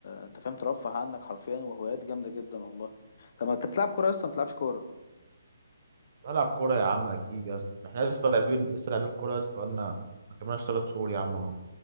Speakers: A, on the left; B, on the right.
A: انت فاهم ترفه عنك حرفيا وهوايات جامده جدا والله طب ما انت بتلعب كوره يا اسطى ما بتلعبش كوره
B: بلعب كورة يا عم أكيد يا اسطى احنا لسه لاعبين لسه لاعبين كورة يا اسطى بقالنا ما كملناش تلات شهور يا عم أهو.